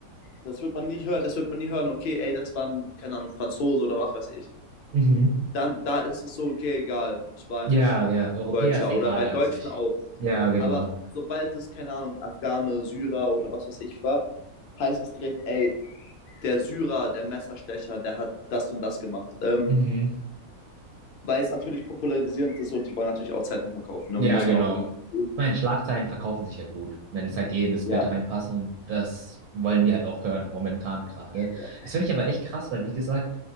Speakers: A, on the left; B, on the right.
A: das wird man nicht hören, das wird man nie hören, okay, ey, das war ein, keine Ahnung, Franzose oder was weiß ich.
B: Mhm.
A: Dann, da ist es so, okay, egal, ich war
B: Ja,
A: einfach ein
B: ja. Europäer
A: Deutscher
B: ist egal
A: oder bei
B: an
A: Deutschen
B: sich.
A: auch.
B: Ja, genau.
A: Aber sobald es, keine Ahnung, Afghane, Syrer oder was weiß ich war, heißt es direkt, ey, der Syrer, der Messerstecher, der hat das und das gemacht. Ähm,
B: Mhm.
A: weil es natürlich popularisierend ist und die wollen natürlich auch Zeitung verkaufen. Ne?
B: Ja,
A: Muss
B: genau.
A: man auch irgendwie
B: Ich
A: verstehen.
B: meine, Schlagzeilen verkaufen sich halt gut, wenn es halt eh in das
A: Ja,
B: Bild reinpasst und das wollen die halt auch hören, momentan gerade.
A: ja,
B: Das finde ich aber echt krass, weil wie gesagt,